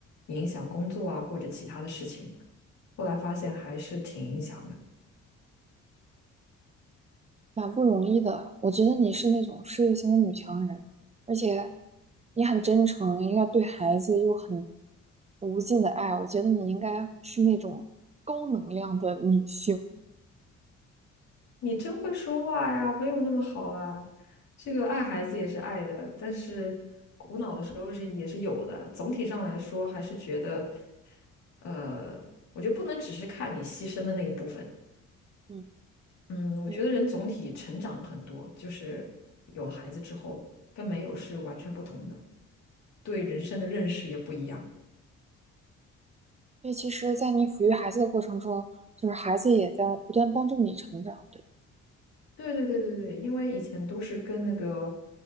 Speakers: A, on the left; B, on the right.
A: 影响工作啊或者其他的事情，后来发现还是挺影响的。
B: 蛮不容易的。我觉得你是那种事业型的女强人，而且你很真诚，应该对孩子又很无尽的爱。我觉得你应该是那种高能量的女性。
A: 你真会说话呀，没有那么好啦。这个爱孩子也是爱的，但是苦恼的时候是也是有的。总体上来说，还是觉得，呃，我觉得不能只是看你牺牲的那一部分。
B: 嗯，
A: 嗯，我觉得人总体成长很多，
B: 对。
A: 就是有了孩子之后，跟没有是完全不同的，对人生的认识也不一样。
B: 所以其实，在你抚育孩子的过程中，就是孩子也在不断帮助你成长。对，
A: 对对对对对，因为以前都是跟那个